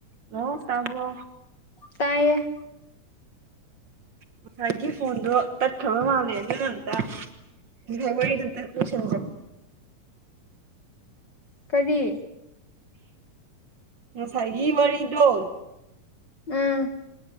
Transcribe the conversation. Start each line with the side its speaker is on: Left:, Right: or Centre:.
Right: ꯍꯜꯂꯣ ꯇꯥꯕ꯭ꯔꯣ
Left: ꯇꯥꯏꯌꯦ
Right: ꯉꯁꯥꯏꯒꯤ ꯐꯣꯟꯗꯣ ꯇꯠꯈꯔꯕ ꯃꯥꯂꯦ ꯑꯗꯨꯅ ꯑꯃꯇ ꯉꯁꯥꯏ ꯋꯥꯔꯤꯗꯨ ꯑꯃꯇꯥ ꯂꯣꯏꯁꯟꯁꯦ
Left: ꯀꯔꯤ
Right: ꯉꯁꯥꯏꯒꯤ ꯋꯥꯔꯤ ꯗꯣ
Left: ꯎꯝ